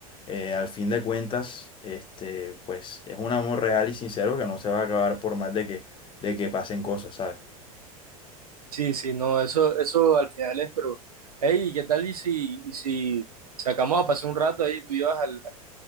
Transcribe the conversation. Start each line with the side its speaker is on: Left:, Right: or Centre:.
Left: eh, al fin de cuentas, este, pues es un amor real y sincero que no se va a acabar por más de que, de que pasen cosas, ¿sabes?
Right: Sí, sí, no, eso, eso al final es, pero, hey, ¿qué tal y si, y si sacamos a pasar un rato ahí, tú llevas al,